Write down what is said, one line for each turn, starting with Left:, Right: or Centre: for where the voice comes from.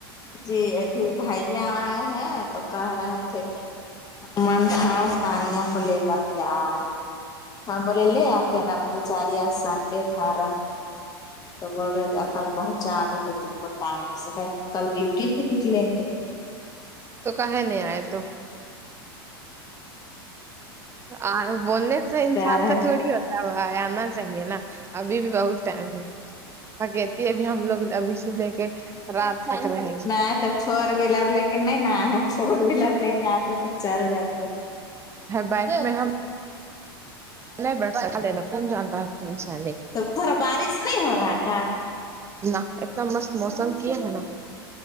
Left: جی اتھی بھائیا ائے ہیں تو کہ رہے تھے کہ من تھا ثانیہ کو لے کر کے ائیں ہم بولے لے اتے ہیں نا بیچاری سنڈے تھا رہتی تو بول رہے تھے کل پہنچا دیتے تم کو ٹائم سے پہلے کہ کل ڈیوٹی بھی نکلیں گے
Right: تو کاہے نہیں ائے تو ا بولنے سے انسان
Left: کہہ رہے
Right: کا تھوڑی ہوتا ہے بھائی انا چاہیے نا ابھی بھی بہت ٹائم ہے کہتی ہے ابھی ہم لوگ ابھی سے دیکھے رات تک رہیں گے
Left: نہیں تو فور ویلر لے کے نہیں نا ا ہے فور ویلر لے کے اتے تو چل جاتے
Right: بائک میں ہم <unintelligible>
Left: تو ا تھرا بارش نہیں ہو رہا کا
Right: نہ ایک دم مست موسم کی ہے نا